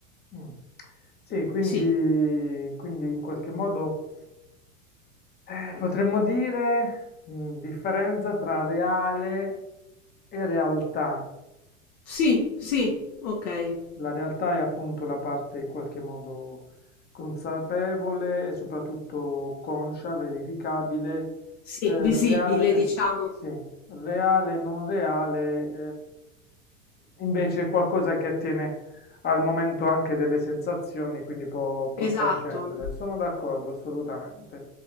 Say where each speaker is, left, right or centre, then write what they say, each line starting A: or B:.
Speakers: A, on the left; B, on the left.
A: Mm. Sì, quindi,
B: Sì,
A: quindi in qualche modo eh, potremmo dire mm, differenza tra reale e realtà.
B: sì, sì, ok.
A: La realtà è appunto la parte in qualche modo consapevole e soprattutto conscia, verificabile,
B: Sì,
A: eh,
B: visibile,
A: reale, eh,
B: diciamo.
A: sì, reale, non reale, eh, invece è qualcosa che attiene al momento anche delle sensazioni, quindi può, può
B: Esatto.
A: trascendere. Sono d'accordo, assolutamente.